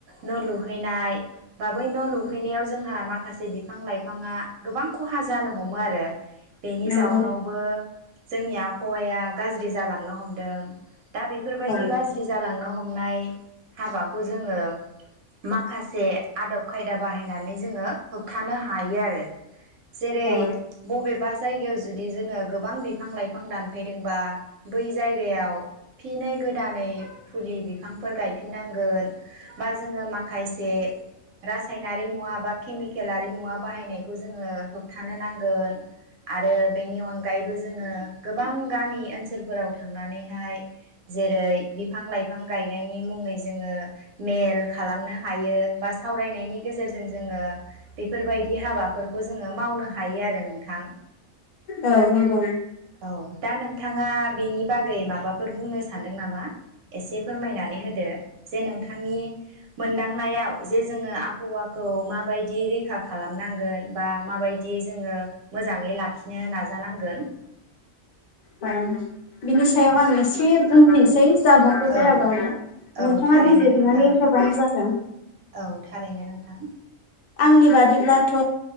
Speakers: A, on the right; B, on the left.
A: न' लुहैनाय बा बै न' लुहैनायाव जोंहा माखासे बिफां लाइफाङा गोबां खहा जानो हमो आरो बेनि
B: नंगौ
A: जाउनावबो जोंनि आबहावाया गाज्रि जालांनो हम दों दा बेफोरबायदि
B: औ
A: गाज्रि जालांनो हमनाय हाबाखौ जोङो माखासे आदब खायदा बाहायनानै जोङो होबथानो हायो आरो जेरै
B: औ
A: बबेबा जायगायाव जुदि जोङो गोबां बिफां लाइफां दानफैदोंबा बै जायगायाव फेनायब दानै फुलि बिफांफोर गायफि नांगोन बा जोङ मसे रायनारि मुवा बा केमिकेलारि मुवा बाहायनायखौ जोङ होबथानो नांगोन आरो बेनि अनगायैबो जोङो गोबां गामि ओनसोलफोराव थांनानैहाय जेरै बिफां लाइफां गायनायनि मुङै जों मेल खालामनो हायो आरो सावरायनायनि गेजेरजों जोङ बेफोरबायदि हाबाफोरखौ जों मावनो हायो आरो नोंथां
B: औ नंगौ
A: औ दा नोंथाङा बेनि बागै माबाफोर बुंनो सानदों नामा एसे फोरमायनानै होदो। जे नोंथांनि मोनदांनायाव जे जोङो आबहावाखौ माबायदि रैखा खालामनांगोन बा माबायदि जोङो मोजाङै लाख लाखिनो नाजानांगोन।
B: औ बिनि सायाव आं एसे बुंसै । जाब' जायाबाबो
A: औ
B: नोंथाङा
A: औ थारैनो
B: बिजिरनानै
A: नोंथां
B: होबानो जागोन।
A: औ थारैनो नोंथां
B: आंनि बादिब्लाथ'